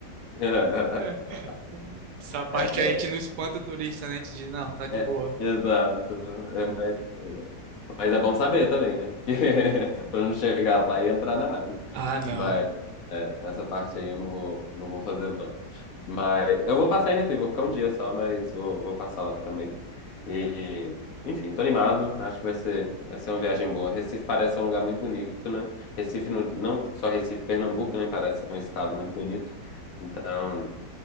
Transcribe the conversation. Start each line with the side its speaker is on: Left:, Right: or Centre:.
Left: <laughs>
Right: É. Essa parte
Left: É,
Right: a gente
Left: é,
Right: não espanta o turista, né? A gente diz, não, tá de
Left: é,
Right: boa.
Left: exato. É, mas, mas é bom saber também, né? Que, <laughs> pra não chegar lá e entrar na água.
Right: Ah, não.
Left: Mas é, essa parte aí eu não vou, não vou fazer, não. Mas eu vou passar em Recife, vou ficar um dia só, mas vou, vou passar lá também. E, enfim, tô animado, acho que vai ser, vai ser uma viagem boa. Recife parece um lugar muito bonito, né? Recife, no- não só Recife, Pernambuco, né? Parece um estado muito bonito. Então,